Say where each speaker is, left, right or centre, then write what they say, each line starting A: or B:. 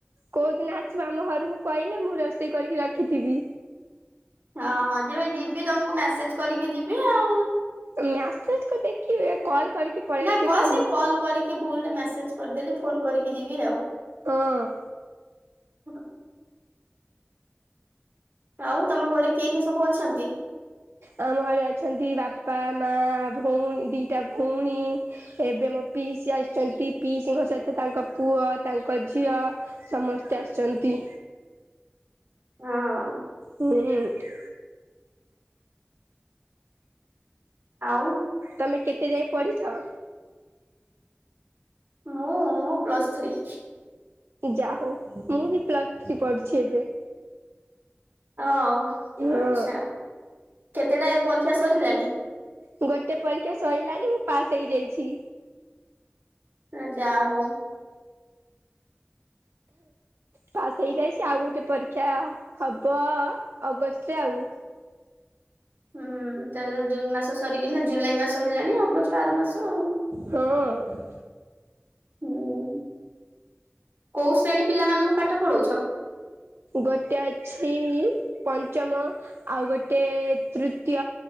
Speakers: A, on the right; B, on the right.
A: କୋଉଦିନ ଆସିବ ଆମ ଘରକୁ କହିଲେ ମୁଁ ରୋଷେଇ କରିକି ରଖିଥିବି।
B: ହଁଁ ଯେବେ ଯିବି ତମକୁ ମେସେଜ କରିକି ଯିବି ଆଉ।
A: ମ୍ୟାସେଜ କୁ ଦେଖିବେ କଲ୍ କରିକି ପଳେଇ
B: ନା
A: ଆସିବା
B: କ
A: ଆଉ
B: ସେଇ
A: ହଁ।
B: କଲ୍ କରିକି ଭୁଲରେ ମେସେଜ କରିଦେଲି ଫୋନ କରିକି ଯିବି ଆଉ।
A: ହଁ।
B: ହଁ। ଆଉ ତମ ଘରେ କିଏ କିଏ ସବୁ ଅଛନ୍ତି?
A: ଆମ ଘରେ ଅଛନ୍ତି ବାପା ମା ଭଉଣୀ ଦିଟା ଭଉଣୀ। ଏବେ ମୋ ପିଇସି ଆସିଛନ୍ତି ପିଇସିଙ୍କ ସହିତ ତାଙ୍କ ପୁଅ ତାଙ୍କ ଝିଅ। ସମସ୍ତେ ଆସିଛନ୍ତି।
B: ହଁ।
A: <unintelligible>
B: ଆଉ।
A: ତମେ କେତେ ଯାଇ ପଢିଛ?
B: ମୁଁ ମୁଁ ପ୍ଲସ୍ ଥ୍ରୀ।
A: ଯା ହଉ ମୁଁ ବି ପ୍ଲସ ଥ୍ରୀ ପଢୁଛି ଏବେ।
B: ଓ
A: ହଁ।
B: ଆଛା କେତେଟା ଏ ପରୀକ୍ଷା ସରିଲାଣି?
A: ଗୋଟେ ପରୀକ୍ଷା ସରିଲାନି ମୁଁ ପାସ୍ ହେଇଯାଇଛି।
B: ନା ଯାହଉ।
A: ପାସ୍ ହେଇଯାଇଛି ଆଉ ଗୋଟେ ପରୀକ୍ଷା ହବ ଅଗଷ୍ଟରେ ଆଉ।
B: ହୁଁ ତାର ଯୋଉ ଜୁନ ମାସ ସରିକିନା ଜୁଲାଇ ମାସ ହେଲାଣି ଅଗଷ୍ଟ ଆର ମାସ ଆଉ।
A: ହଁ
B: ହୁଁ କୋଉ ଶ୍ରେଣୀ ପିଲାମାନଙ୍କୁ ପାଠ ପଢଉଛ?
A: ଗୋଟେ ଅଛି ପଞ୍ଚମ ଆଉ ଗୋଟେ ତୃତୀୟ।